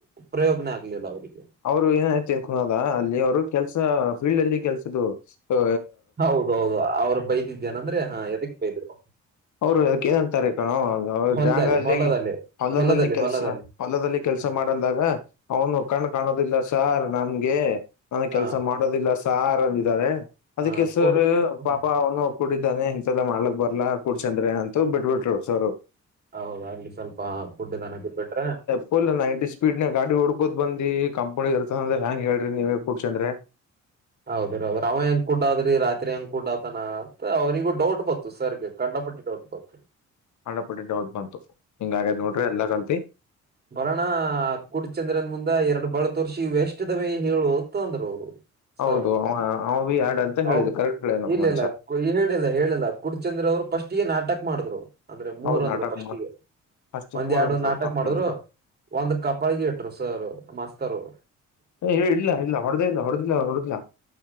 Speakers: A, on the right (about 35°); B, on the left (about 70°).
A: ಪ್ರಯೋಗನ ಆಗಿದಿಲ್ಲ ಅವರಿಗೆ.
B: ಅವರು ಏನಾಯತಿ ಕುನೋದ ಅಲ್ಲಿ ಅವರು ಕೆಲ್ಸ ಫೀಲ್ಡ್ ಅಲ್ಲಿ ಕೆಲ್ಸದು ಆ.
A: ಹೌದೌದು ಅವ್ರರು ಬೈದಿದ್ಯನ ಅಂದ್ರೆ ಹ ಎದಕ್ ಬೈದ್ರು.
B: ಅವ್ರು ಅಕ್ ಏನಂತಾರೆ ಕಣೋ ಅವ್ರ
A: ಹೊಲದಲ್ಲಿ
B: ಜಾಗಲ್ಲಿ
A: ಹೊಲದಲ್ಲಿ
B: ಹೊಲದಲ್ಲಿ ಕೆಲ್ಸ.
A: ಹೊಲದಲ್ಲಿ
B: ಹೊಲ್ಲದಲ್ಲಿ ಕೆಲಸ
A: ಹ
B: ಮಾಡಂದಾಗ ಅವನು ಕಣು ಕಾಣೋದಿಲ್ಲ ಸಾರ್ ನನ್ಗೆ ನನ
A: ಹ
B: ಕೆಲಸ ಮಾಡೋದಿಲ್ಲ. ಸಾರ್ ಅಂದಿದ್ದಾರೆ ಅದಕ್ಕೆ
A: ಹ
B: ಸರ್
A: ಕುಡ್ ಹ್ಮ್.
B: ಪಾಪ ಅವ್ನು. ಕುೂಡಿದ್ದಾನೆ ಇಂತೆಲ್ಲ ಮಾಡ್ಲಕ್ ಬರ್ಲಾ ಕುೂಡ್ ಚಂದ್ರೆ ಅಂತೂ ಬಿಟ್ಬಿಟ್ರು ಸರು.
A: ಹೌದ್ ಅಲ್ಲಿ ಸ್ವಲ್ಪ ಕೂಡ್ ಇದನಾಗ ಅಂತ್ ಬಿಟ್ರೆ.
B: ಹ ನೈಂಟಿ ಸ್ಪೀಡ್ ನ ಗಾಡಿ ಹೊುಡ್ಕೋದ ಬಂದಿ ಕಂಪನಿ ಇರ್ತದೆ ಅ್ರ ಹೆಂಗ ಹೇಳಿ ನೀವ ಕ ಕುಡ್ಸಂದ್ರೆ.
A: ಹೌದ ಹೌದ್ರ ಅವೆ ಹೆಂಗ ಕುೂಡ್ ಅದ್ರಿ ರಾತ್ರಿ ಹಂಗ ಕುೂಡ್ತಾನ ಅಂತ ಅವನಿಗೂ ಡೌಟ್ ಬತ್ತು ಸರ್ಗೆ. ಕಂಡಪಟ್ಟಿಟ್ಟ ಒಂ.
B: ಹಂಡ್ರೆಡ್ ಪರ್ಸೆಟ್ ಡೌಟ್ ಬಂತು ಹಿಂಗ ಆಗ ನೋ್ರ ಎಲ್ಲ ಕಲ್ತಿ.
A: ಹ ಬರೋಣ ಗುಡ್ ಚಂದ್ರದ ಮುಂದೆ ಎರಡ್ ಬಳತ್ ವರ್ಷಿ ಎಷ್ಟದ ಮ ಹೇಳುವ ತಂದ್ರ ಅವ್ರು. ಸರ್
B: ಹೌದು ಅವ ಬಿ ಆಡ್ ಅಂತ
A: ಅವ
B: ಹೇಳಿದ್ದು ಕರೆಕ್ಟ್ ಪ್ಲೇನ್ ಅವ್
A: ಇಲ್ಲ
B: ಮ.
A: ಇಲ್ಲ ಹೇಳಿಲ್ಲ ಹೇಳಿಲ್ಲ ಕುಡ್ಚಂದ್ರ ಅವ್ರು ಫಸ್ಟ್ಗ ನಾಟಕ ಮಾಡಿದ್ರು ಅಂದ್ರೆ ಮೂರ್
B: ಹೌದ್
A: ಅಂದ್ರು
B: ನಾಟಕ
A: ಫಸ್ಟ್ಿಗೆ.
B: ಮಾಡ ಫಸ್ಟ್
A: ಒಂದ್
B: ಮೂರ್
A: ಎರಡು
B: ಅಂತ
A: ನಾಟಕ
B: ತಪ್ಪ
A: ಮಾಡಿದ್ರು
B: ಹೇಳಿದ್ರು
A: ಒಂದ್ ಕಪಳಗಿ ಇಟ್ರು ಸರ್ ಮಸ್ತರು.
B: ಹೇಳ ಇಲ್ಲ ಹೊಡೆದೇ ಇಲ್ಲ ಹೊಡೆದಿಲ್ಲ ಅವ ಹೊಡೆದಿಲ್ಲ.